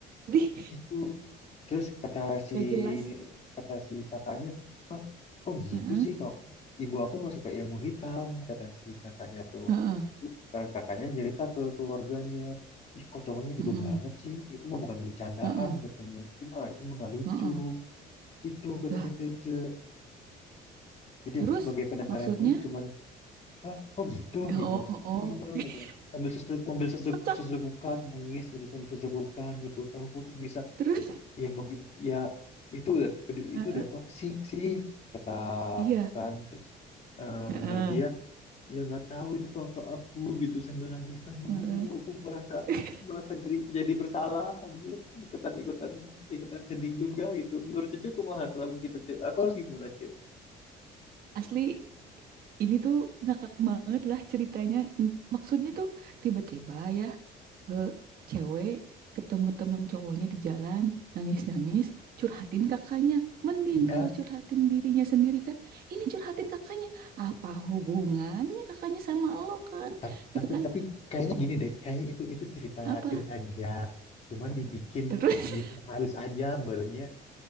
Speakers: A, on the right (about 60°); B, on the left (about 40°).
A: Dih,
B: Gitu. Terus kata
A: <laughs>
B: si
A: gak jelas.
B: kata si kakaknya, ah kok gitu
A: Heeh,
B: sih kok ibu aku nggak suka ilmu hitam kata si kakaknya tuh.
A: heeh,
B: Terus kak- kakaknya cerita ke keluarganya, ih kok cowoknya gitu
A: mhm,
B: banget sih? Itu mah bukan bercandaan
A: heeh,
B: katanya. Itu mah itu mah nggak lucu.
A: heeh,
B: Itu katanya
A: Lah,
B: Tece. Jadi
A: terus
B: aku sebagai pendengar
A: maksudnya?
B: yang baik cuman Hah, kok gitu
A: Oh,
B: gitu
A: oh.
B: iya
A: oh. <laughs>
B: katanya sambil susuk sambil susuk
A: Kocak.
B: susukan nangis gitu sambil susukan gitu kamu tuh bisa
A: Terus,
B: ya mau gim- ya itu udah udah-
A: heeh,
B: itu udah toksik sih kata
A: iya,
B: aku kan terus eh,
A: heeh,
B: menurut dia ya nggak tahu itu kakak aku gitu sambil nangis aduh
A: heeh.
B: aku merasa
A: <laughs>
B: merasa jadi jadi bersalah anjir ikutan ikutan ikutan sedih juga gitu menurut cucu kumaha teman kita cuy aku harus gimana cuy
A: Asli ini tuh ngakak banget lah ceritanya. Mm, Maksudnya tuh tiba-tiba ya eh, cewek ketemu temen cowoknya di jalan nangis-nangis curhatin kakaknya mending
B: iya
A: kalau curhatin dirinya sendiri kan ini curhatin kakaknya apa hubungannya kakaknya sama lo kan
B: Ta-
A: gitu
B: tapi
A: kan
B: tapi kayaknya gini deh kayaknya itu itu cerita
A: apa
B: cerita dia cuman dibikin
A: terus
B: diperhalus aja merenya